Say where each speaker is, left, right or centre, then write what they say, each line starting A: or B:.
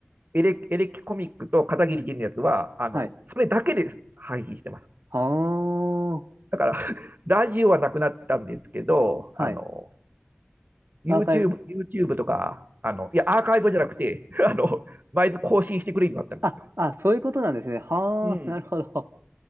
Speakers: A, on the right (about 50°); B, on the right (about 80°).
A: エレ、エレキコミックと片桐仁のやつは、あの、
B: はい。
A: それだけで配信してます。
B: はあ、
A: だから、<laughs> ラジオはなくなったんですけど、
B: はい。
A: あの、YouTube、
B: アーカイブ。
A: YouTube とか、あの、いや、アーカイブじゃなくて、あの、毎日更新してくれるようになったんですよ。
B: あ、あ、そういうことなんですね。はあ、
A: うん。
B: なるほど。